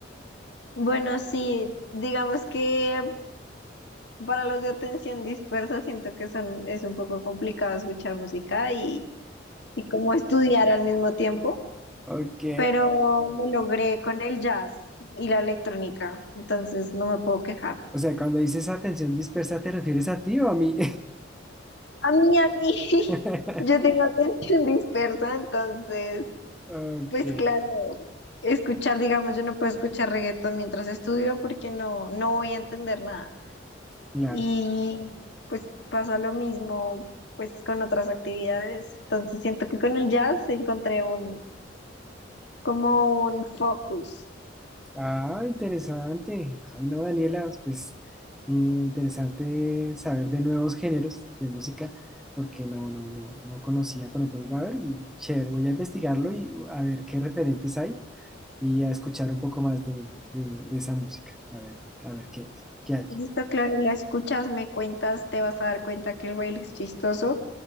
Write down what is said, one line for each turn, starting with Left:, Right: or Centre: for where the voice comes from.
Left: Bueno, sí, digamos que para los de atención dispersa siento que son, es un poco complicado escuchar música y, y como estudiar al mismo tiempo,
Centre: Ok.
Left: pero me logré con el jazz y la electrónica, entonces no me puedo quejar.
Centre: O sea, cuando dices atención dispersa, ¿te refieres a ti o a mí?
Left: A mí, a mí, <laughs>
Centre: <laughs>
Left: yo tengo atención dispersa, entonces
Centre: Ok,
Left: Pues claro, escuchar, digamos, yo no puedo escuchar reggaetón mientras estudio porque no, no voy a entender nada.
Centre: claro.
Left: Y pues pasa lo mismo pues con otras actividades. Entonces siento que con el jazz encontré un, como un focus.
Centre: Ah, interesante. Ay, no, Daniela, pues eh, interesante saber de nuevos géneros de música, porque no, no, no, no conocía, por ejemplo, el Gabber, y chévere, voy a investigarlo y a ver qué referentes hay y a escuchar un poco más de, de, de esa música, a ver, a ver qué es, qué hay.
Left: Listo, claro, la escuchas, me cuentas, te vas a dar cuenta que el baile es chistoso